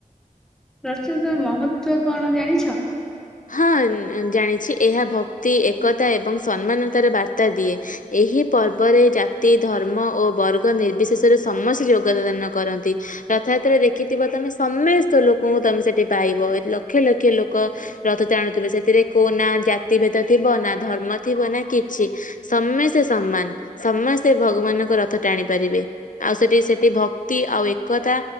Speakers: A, in the centre; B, on the left.
A: ରଥତ ମହତ୍ୱ କଣ ଜାଣିଛ?
B: ହଁ ଜାଣିଛି ଏହା ଭକ୍ତି ଏକତା ଏବଂ ସମ୍ମାନତାର ବାର୍ତ୍ତା ଦିଏ। ଏହି ପର୍ବରେ ଜାତି ଧର୍ମ ଓ ବର୍ଗ ନିର୍ବିଶେଷରେ ସମସ୍ତେ ଯୋଗଦାନ କରନ୍ତି। ରଥଯାତ୍ରା ଦେଖିଥିବ ତମେ ସମସ୍ତ ଲୋକଙ୍କୁ ତମେ ସେଠି ପାଇବ। ଲକ୍ଷେ ଲକ୍ଷେ ଲୋକ ରଥ ଟାଣୁଥିବେ, ସେଥିରେ କୋ ନା ଜାତି ଭେଦ ଥିବ ନା ଧର୍ମ ଥିବ ନା କିଛି ସମସ୍ତେ ସମ୍ମାନ। ସମସ୍ତେ ଭଗବାନଙ୍କ ରଥ ଟାଣି ପାରିବେ। ଆଉ ସେଠି ସେଠି ଭକ୍ତି ଆଉ ଏକତା